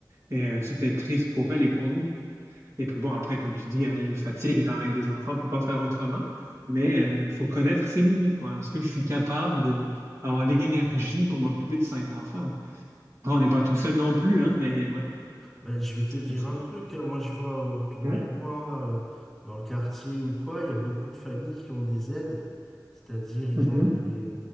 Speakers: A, on the right; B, in the centre.
A: Et euh, c'était triste pour elle et pour nous. Et puis bon, après, comme tu dis, hein, il y a une fatigue avec des enfants, on ne peut pas faire autrement. Mais euh, il faut connaître ses limites, quoi. Est-ce que je suis capable de avoir l'énergie pour m'occuper de cinq enfants? Après, on n'est pas tout seul non plus, hein, mais ouais,
B: Ben, je vais te dire
A: c'est ça.
B: un truc, hein. Moi, je vois autour
A: Ouais.
B: de moi, euh, dans le quartier ou quoi, il y a beaucoup de familles qui ont des aides, c'est-à-dire ils
A: Mhm.
B: ont des,